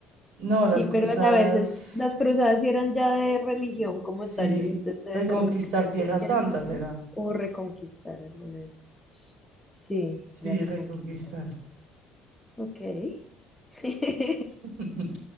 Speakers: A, on the right; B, in the centre.
A: No,
B: Sí,
A: las
B: pero
A: cruzadas,
B: a la vez es- las cruzadas sí eran ya de religión como
A: sí.
B: tales, entonces debe
A: Reconquistar
B: ser re-
A: Tierra
B: cristianizar
A: Santa será.
B: o reconquistar alguna de esas. dos. Sí,
A: Sí,
B: era reconquistar.
A: reconquistar.
B: Ok. <laughs>
A: <laughs>